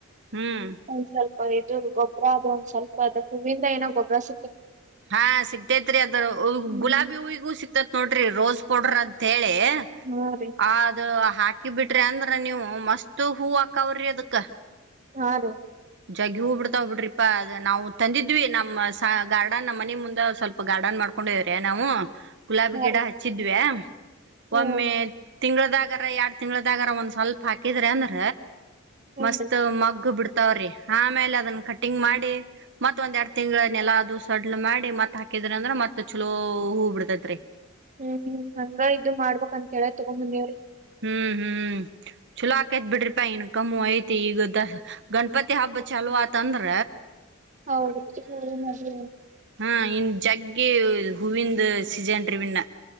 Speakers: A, on the right (about 60°); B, on the right (about 35°).
A: ಹ್ಮ್
B: ಒಂದ್ ಸ್ವಲ್ಪ ಇದು ಗೊಬ್ರ ಅದು ಒಂದ್ಸಲ್ ಪ್ ಅದುಕ್ ನಿಮ್ಮಿಂದ ಏನ ಗೊಬ್ರ ಸಿ
A: ಹಾ ಸಿಗ್ತೇತ್ರಿ ಅದ್ರ
B: ಹ್ಮ್
A: ಗುಲಾಬಿ ಹೂವಿಗೂ ಸಿಕ್ತೇತ್ ನೋಡ್ರಿ ರೋಸ್ ಕೊಡ್ರ್ ಅತ್ಹೇಳಿ.
B: ಹಾ ರೀ
A: ದು ಅದ್ ಹ ಕ್ಕಿ ಬಿಟ್ರಿ ಅಂದ್ರ ನೀವು ಮಸ್ತ್ ಹೂ ಹಾಕಾವ್ರಿ ಅದಕ್
B: ಹಾ ರೀ
A: ಜಗ್ಗಿ ಹೂ ಬಿಡ್ತಾವ್ ಬಿಡ್ರಿಪಾ ಅದ್ ನಾವು ತಂದಿದ್ವಿ ನಮ್ಮ ಸ ಗಾರ್ಡ್ ರ್ಡನ್ ನಮ್ಮನಿ ಮುಂದ ಸ್ವಲ್ಪ ಗಾರ್ಡನ್ ಮಾಡ್ಕೊಂಡವ್ರೆ ನಾವುಂ. ಗುಲಾಬಿ
B: ಹಾ
A: ಗಿಡ
B: ರೀ
A: ಹಚ್ಚಿದ್ವಿ.
B: ಹ್ಮ್
A: ಒಮ್ಮೆ ತಿಂಗ್ಳದಾಗರ ಎರಡ್ ತಿಂಗಳದಾಗರ ಒಂದ್ ಸ್ವಲ್ಪ ಫಾಕಿದ್ರ್ಯಾನ್ರ.
B: ಹೂನ್ರಿ.
A: ಮಸ್ತ ಮಗ್ಗ ಬಿಡ್ತ. ತವ್ರಿ ಆಮೇಲೆ ಅದನ್ನ ಕಟಿಂಗ್ ಮಾಡಿ ಮತ್ತ ಒಂದ್ ಎರಡ್ ತಿಂಗಳನೆೆಲಾ ಅದುಸ. ಸಡ್ಲ್ ಮಾಡಿ ಮತ್ ಹಾಕಿದ್ರ್ಯ ಅಂದ್ರ ಮತ್ ಛೊಲೋ ಹೂ ಬಿಡ್ತೇತ್ರಿ.
B: ಹ್ಮ್ ಹ್ಮ್ ಹಂಗ ಇದು ಮಾಡ್ಬೇಕ ಅಂತ ಹೇಳೆ ತೊಗೊಂಮ ಬಂದೇವ್ರಿ.
A: ಹ್ಮ್ ಹ್ಮ್ ಛೊಲೋ ಆಕೈತ್ ಬಿಡ್ರಿಪಾ ಇನ್ ಕಮ್ಮವ ಐತಿ ಈ ಗದ್ದಾ ಗಣಪತಿ ಹಬ್ಬ ಛಾಲೂ ಆತಂದ್ರ.
B: ಹೌದರ್ರಿ <unintelligible>
A: ಹ ಇನ್ ಜಗ್ಗಿ ಹೂವಿಂದ ಸೀಝನ್ ರೀವಿನ್ನ.